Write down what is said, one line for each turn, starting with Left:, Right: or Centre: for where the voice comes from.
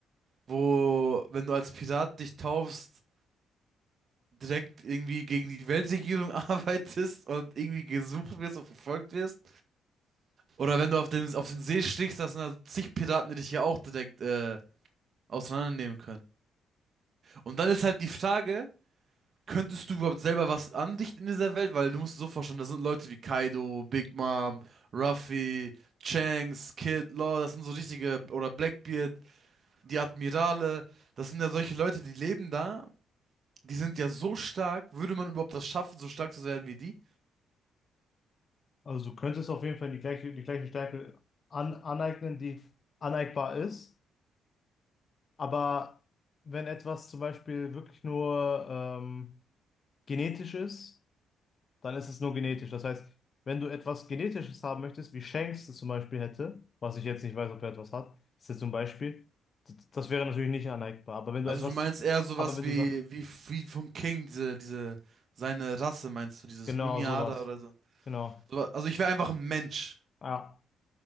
Right: Wo, wenn du als Pirat dich taufst, direkt irgendwie gegen die Weltregierung <laughs> arbeitest und irgendwie gesucht wirst und verfolgt wirst? Oder wenn du auf den, auf den See stichst, das sind da zig Piraten, die dich hier auch direkt äh, auseinandernehmen können. Und dann ist halt die Frage, könntest du überhaupt selber was anrichten in dieser Welt? Weil du musst dir so vorstellen, das sind Leute wie Kaido, Big Mom, Ruffy, Shanks, Kid, Law, das sind so richtige, oder Blackbeard, die Admirale, das sind ja solche Leute, die leben da, die sind ja so stark, würde man überhaupt das schaffen, so stark zu werden wie die?
Left: Also du könntest auf jeden Fall die gleiche, die gleiche Stärke an, aneignen, die aneignbar ist. Aber wenn etwas zum Beispiel wirklich nur ähm, genetisch ist, dann ist es nur genetisch. Das heißt, wenn du etwas Genetisches haben möchtest, wie Shanks es zum Beispiel hätte, was ich jetzt nicht weiß, ob er etwas hat, ist jetzt zum Beispiel, d- das wäre natürlich nicht aneignbar. Aber wenn
Right: Also
Left: du etwas,
Right: du meinst eher sowas
Left: aber wenn
Right: wie,
Left: du sagst,
Right: wie, wie von King, diese, diese, seine Rasse, meinst du, dieses
Left: genau,
Right: Luniada
Left: sowas,
Right: oder so.
Left: genau,
Right: so also ich wäre einfach ein Mensch,
Left: ja,